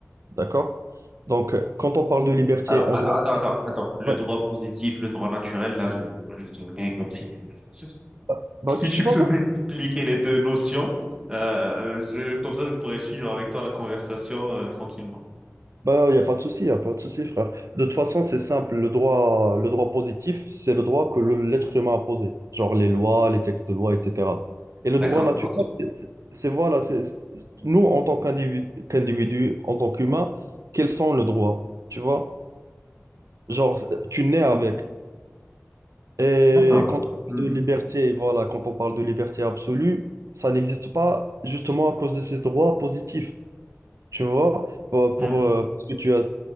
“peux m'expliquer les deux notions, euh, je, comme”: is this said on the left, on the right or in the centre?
Right